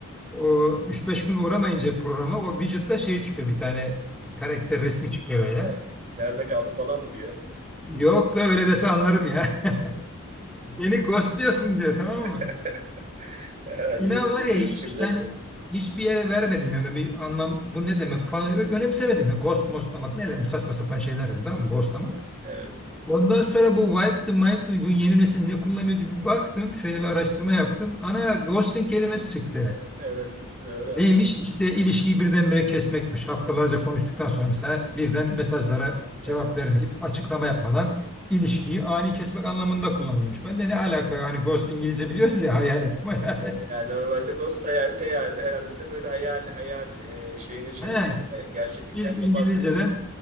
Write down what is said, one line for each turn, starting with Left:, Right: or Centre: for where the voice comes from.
Centre: O üç beş gün uğramayınca programa o widget'ta şey çıkıyor bir tane karakter resmi çıkıyor böyle.
Right: Ha, nerede kaldın falan mı diyor.
Centre: Yok la öyle dese anlarım ya. <laughs> Beni ghostluyorsun diyor tamam mı?
Right: <laughs> Ha, Yeni
Centre: İnan
Right: bir
Centre: var
Right: şey
Centre: ya
Right: girdi
Centre: hiç
Right: şimdi.
Centre: yani hiçbir yere vermedim yani bir anlam bu ne demek falan önemsemedim ya ghost mostlamak ne dedim saçma sapan şeyler dedim tamam mı ghostlamak.
Right: Evet,
Centre: Ondan sonra bu Wipe'dı, Wipe'dı, bu yeni nesil ne kullanıyor diye bir baktım. Şöyle bir araştırma yaptım. Ana ghosting kelimesi çıktı.
Right: evet. Doğru.
Centre: Neymiş? İşte ilişkiyi birdenbire kesmekmiş. Haftalarca konuştuktan sonra mesela birden mesajlara cevap
Right: Evet.
Centre: vermeyip açıklama yapmadan ilişkiyi ani kesmek anlamında
Right: kesin.
Centre: kullanıyormuş. Ben de ne alaka hani ghost İngilizce biliyoruz ya hayalet
Right: Evet.
Centre: <laughs> hayalet.
Right: Yani normalde Ghost hayal, hayal herhalde seni böyle hayal hayal e, şeyine çeviriyor.
Centre: He,
Right: Hay- Gerçeklikten
Centre: biz
Right: kopartıyor.
Centre: İngilizceden